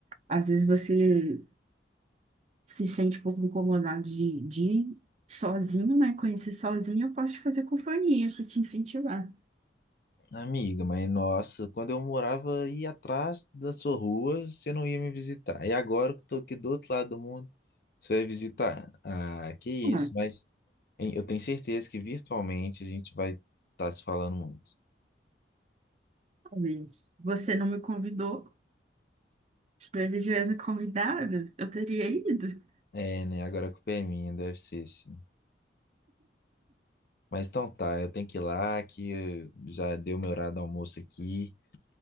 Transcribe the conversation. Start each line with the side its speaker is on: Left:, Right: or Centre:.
Right: Às vezes você se sente um pouco incomodado de, de ir sozinho, né? Conhecer sozinho, eu posso te fazer companhia, para te incentivar.
Left: Amiga, mas nossa, quando eu morava aí atrás da sua rua, você não ia me visitar. E agora que eu tô aqui do outro lado do mundo. Você vai visitar? Ah, que isso,
Right: Ah,
Left: mas hein, eu tenho certeza que virtualmente a gente vai estar se falando muito.
Right: talvez você não me convidou, se você tivesse me convidado, eu teria ido.
Left: É, né? Agora a culpa é minha, deve ser sim. Mas então tá, eu tenho que ir lá, que eh, já deu meu horário do almoço aqui.